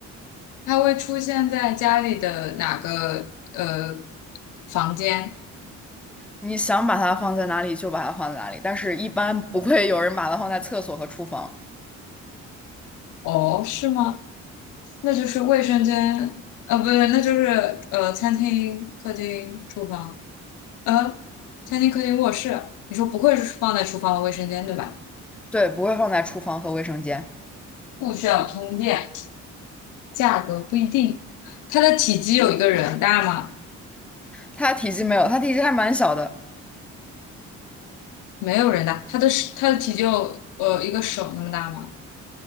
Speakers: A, on the left; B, in the centre.
A: 它会出现在家里的哪个呃房间？
B: 你想把它放在哪里就把它放在哪里，但是一般不会有人把它放在厕所和厨房，
A: 哦，是吗？那就是卫生间，呃，不对，那就是呃餐厅、客厅、厨房，呃，餐厅、客厅、卧室。你说不会是放在厨房和卫生间对吧？
B: 对，不会放在厨房和卫生间。
A: 不需要通电，价格不一定，它的体积有一个人大吗？
B: 它体积没有，它体积还蛮小的
A: 没有人大，它的手它的体积有呃一个手那么大吗？